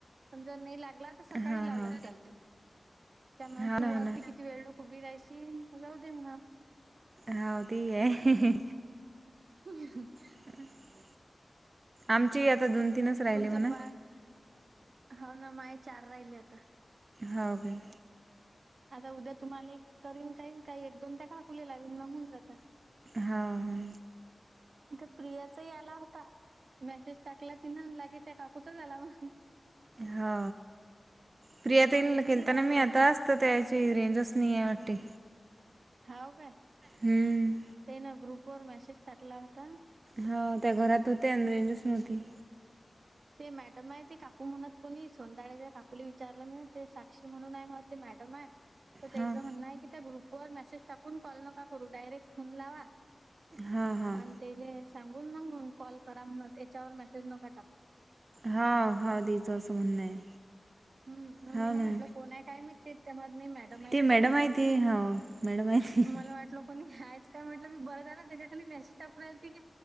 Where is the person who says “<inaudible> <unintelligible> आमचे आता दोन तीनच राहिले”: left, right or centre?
Right